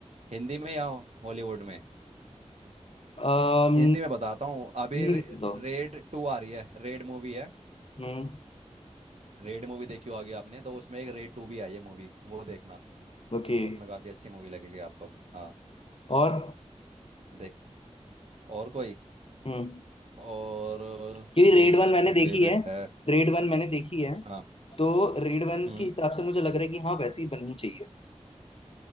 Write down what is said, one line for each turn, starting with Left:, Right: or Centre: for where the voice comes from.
Right: हिंदी में या हॉलीवुड में
Left: अम,
Right: हिंदी में बताता हूँ अभी
Left: नहीं
Right: रे,
Left: बताओ
Right: रेड टू आ रही है रेड मूवी है
Left: हम्म
Right: रेड मूवी देखी होगी आपने तो उसमें एक रेड टू भी आई है मूवी वो देखना
Left: ओके
Right: उसमें काफी अच्छी मूवी लगेगी आपको हाँ
Left: और
Right: देख और कोई
Left: हम्म
Right: और अ,
Left: क्योंकि रेड
Right: मेरी
Left: वन मैंने
Right: जो
Left: देखी
Right: फेवरेट
Left: है
Right: है
Left: रेड वन मैंने देखी है
Right: हाँ
Left: तो रेड वन
Right: हम्म
Left: के हिसाब से मुझे लग रहा है कि हाँ वैसी बननी चाहिए